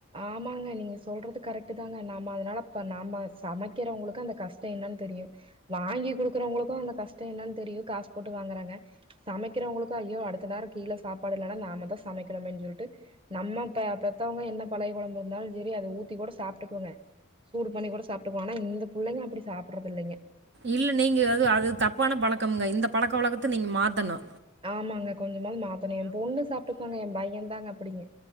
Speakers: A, on the right (about 25°); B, on the right (about 55°).
A: ஆமாங்க நீங்க சொல்றது கரெக்ட்டு தாங்க நாம அதனாலப்ப நாம சமைக்கிறவங்களுக்கு அந்த கஷ்ட என்னன் தெரியு வாங்கி குடுக்குறவங்களுக்கு அந்த கஷ்ட என்னன் தெரியு காசு போட்டு வாங்குறாங்க சமைக்கிறவங்களுக்கு ஐயோ அடுத்த நேர கீழே சாப்படலன்னா நாமதா சமைக்கணுமேன் சொல்ட்டு நம்ம பெ பெத்தவங்க என்ன பழைய கொழம்பு இருந்தால் சேரி அத ஊத்தி கூட சாப்ட்டுக்குவெங்க சூடு பண்ணி கூட சாப்ட்டுகுவோ ஆனா இந்த புள்ளைங்க அப்படி சாப்பற்றது இல்லைங்க
B: இல்ல நீங்க அது அது தப்பான பழக்கம்ங்க இந்த பழக்க வழக்கத்த நீங்க மாத்தணு
A: ஆமாங்க கொஞ்சமாது மாத்தணு என் பொண்ணு சாப்ட்டுக்குவாங்க என் பைய தாங்க அப்படிங்க